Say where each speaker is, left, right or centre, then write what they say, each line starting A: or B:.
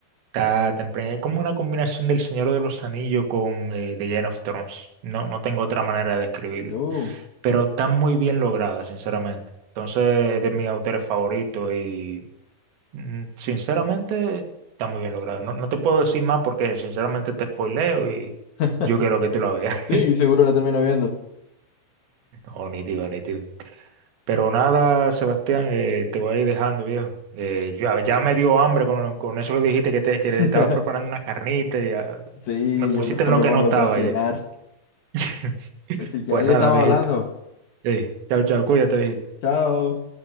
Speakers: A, on the right; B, on the left.
A: está temprana. Es como una combinación del Señor de los Anillos con eh, The Game of Thrones. No, no tengo otra manera de describirlo.
B: No.
A: Pero está muy bien lograda, sinceramente. Entonces es de mis autores favoritos y mm, sinceramente está muy bien lograda. No, no te puedo decir más porque sinceramente te spoileo y
B: <laughs>
A: yo quiero que tú la veas.
B: Sí,
A: <laughs>
B: seguro la termino viendo.
A: No, nítido, nítido. Pero nada, Sebastián, eh, te voy a ir dejando, viejo. Eh, yo- ya me dio hambre con, con eso que dijiste que, te, que
B: <laughs>
A: le estaba preparando una carnita y ah,
B: Sí,
A: me pusiste
B: yo mejor
A: en lo
B: me
A: que
B: pongo
A: no estaba
B: a cocinar.
A: ya. <laughs>
B: Así que
A: Pues
B: ahí
A: nada,
B: estamos
A: viejito.
B: hablando.
A: Ey, chao, chao, cuídate, viejito.
B: Chao.